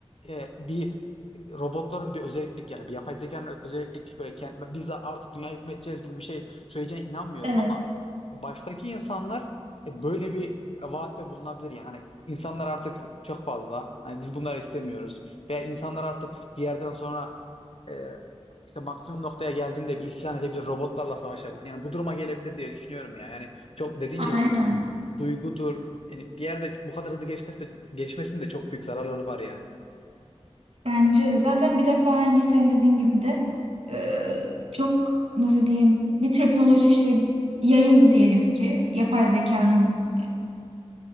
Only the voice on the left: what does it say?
e, bir robotların bir özellik yani bir yapay zekanın ö- özellik böyle ke- biz artık dünya hükmedeceğiz gibi bir şey söyleyeceğine inanmıyorum
ama baştaki insanlar e, böyle bir vaatte bulunabilir yani Hani insanlar artık çok fazla hani biz bunları istemiyoruz veya insanlar artık bir yerden sonra e, işte maksimum noktaya geldiğinde bir isyan edebilir, robotlarla savaşabilir. Yani bu duruma gelebilir diye düşünüyorum ya. Yani çok dediğin gibi
duygudur. Yani bir yerde bu kadar hızlı geçmesi de, gelişmesinin de çok büyük zararları var yani.